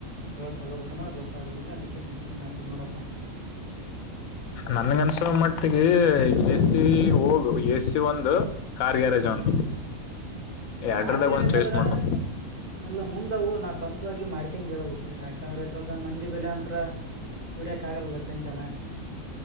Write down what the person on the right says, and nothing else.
ಯಾವದ್ ತಗೋಬೇಕನ್ನದ ಗೊತ್ತಾಗ್ಲಿಲ್ಲ ಅದಕ್ಕ ನಿನ್ಗ್ ಫೋನ್ ಹಚ್ಚಿದ್ ನೋಡಪ್ಪ
ಹ್ಮ್
ಕಾರ್ ಗ್ಯಾರೇಜ್
ಆದ್ರ
ಅ ಲ್ಲ ಮುಂದವು ನಾ ಸ್ವಂತವಾಗಿ ಮಾಡ್ಕೇನ್ಗೆರಬೇಕು ಯಾಕಂದ್ರೆ ಸ್ವದ ಮಂದಿ ಬಲ್ಲೆ ಅದ್ರ ದುಡ್ಯಕ್ ಆಗಲ್ಲ ಚೆಂತನ